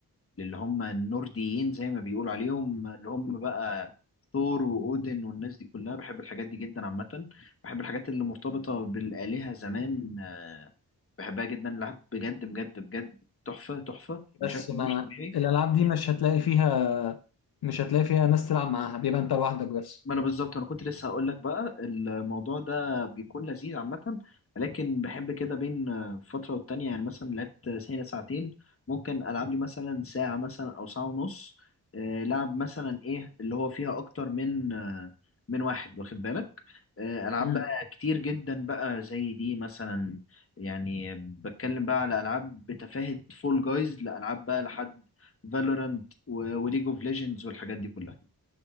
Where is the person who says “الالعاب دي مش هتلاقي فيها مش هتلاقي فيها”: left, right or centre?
Left